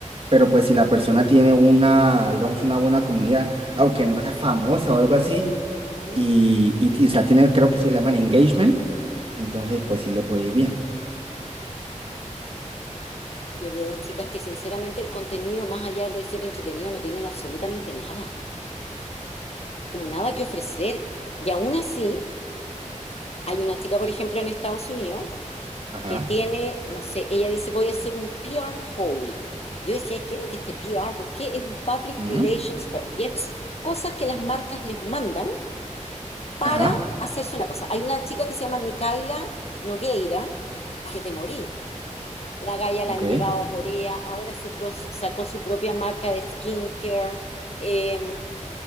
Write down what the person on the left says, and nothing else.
ujú.
Yo veo chicas que sinceramente el contenido, más allá de ser entretenido, no tienen absolutamente nada, como nada que ofrecer. Y aún así, hay una chica, por ejemplo, en Estados Unidos,
que tiene, no sé, ella dice, voy a hacer un p r hole. Yo decía, ¿qué es lo que este p r Busqué, es un Public
Relations Hole. Y es cosas que las marcas les mandan para
hacerse una cosa. Hay una chica que se llama Micaela Nogueira, que te morí. La galla la
han llevado a Corea, ahora su pro- sacó su propia marca de skincare. Eh,